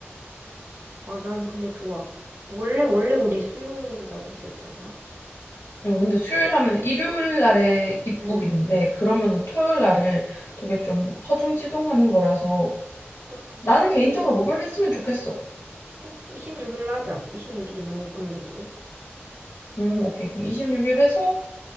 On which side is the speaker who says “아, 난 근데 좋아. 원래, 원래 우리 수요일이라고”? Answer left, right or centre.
Right